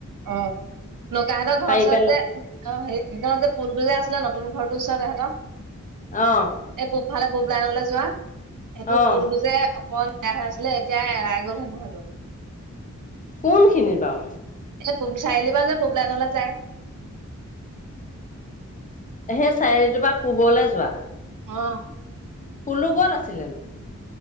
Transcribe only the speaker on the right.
অ নোকাহঁতৰ
ঘৰ ওচৰত
যে অ সেইটোৱে এইকনত যে পুলটো যে আছিলে নতুন ঘৰটো ওচৰতে সেত
এই পূব ফালে পূব লাইনলে যোৱা সেইটো
পুলটো যে অকন বেয়া হৈ আছিলে এতিয়া এৰাই গল হেনো সেইটো
এ চাৰি আলি পৰা যে পূবলাইনলে যায়।
অ